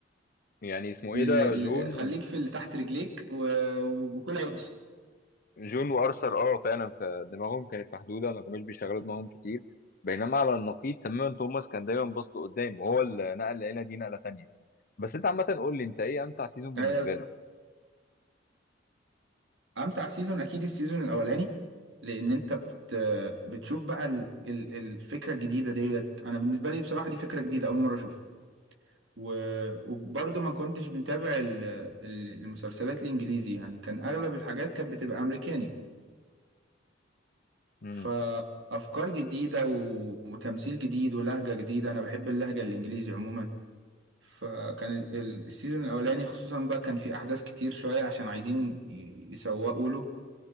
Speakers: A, on the left; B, on the right.
A: يعني اسمه
B: اللي...
A: ايه ده
B: اللي-
A: جون
B: خليك في اللي تحت رجليك و... وكل عيش
A: جون وارثر اه فعلا فدماغهم كانت محدوده ما كانوش بيشغلوا دماغهم كتير بينما على النقيض تماما توماس كان دايما باص لقدام وهو اللي نقل العيله دي نقله تانيه بس انت عامه قول لي انت ايه امتع سيزون بالنسبه
B: أيوة.
A: لك
B: امتع سيزون اكيد السيزون الاولاني لان انت بت... بتشوف بقى ال... ال- الفكرة الجديدة ديت انا بالنسبة لي بصراحة دي فكرة جديدة اول مرة اشوفها و- وبرضه ما كنتش متابع ال- ال- المسلسلات الانجليزي يعني كان اغلب الحاجات كانت بتبقى امريكاني
A: امم
B: فافكار جديده و- وتمثيل جديد ولهجه جديده انا بحب اللهجه الانجليزي عموما فكان ال- ال- السيزون الاولاني خصوصا بقى كان في احداث كتير شويه عشان عايزين ي- يسوقوا له